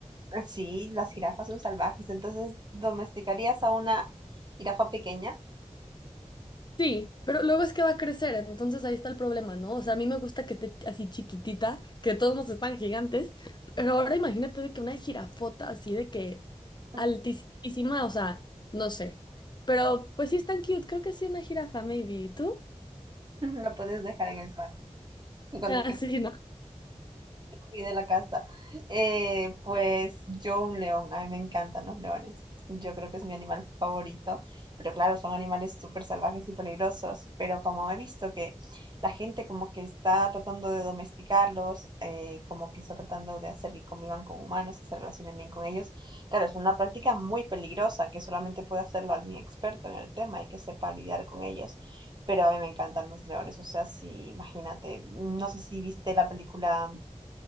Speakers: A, on the right (about 35°); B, on the left (about 35°).
A: Eh, Sí, las jirafas son salvajes, entonces domesticarías a una jirafa pequeña,
B: Sí, pero luego es que va a crecer, entonces ahí está el problema, ¿no? O sea, a mí me gusta que esté así chiquitita, que todos nos están gigantes, pero ahora imagínate de que una jirafota así de que
A: <laughs>
B: altísima, o sea, no sé. Pero pues sí es tan cute, creo que sí una jirafa, maybe. ¿Y tú?
A: la puedes dejar en el patio. Y cuando
B: Ah, sí, ¿no?
A: fui de la casa. Eh, pues yo un león, a mí me encantan los leones. Yo creo que es mi animal favorito, pero claro, son animales súper salvajes y peligrosos, pero como he visto que la gente como que está tratando de domesticarlos, eh, como que está tratando de hacer que convivan con humanos, que se relacionen bien con ellos, claro, es una práctica muy peligrosa que solamente puede hacerlo alguien experto en el tema y que sepa lidiar con ellos, pero a mí me encantan los leones, o sea, sí, imagínate, no sé si viste la película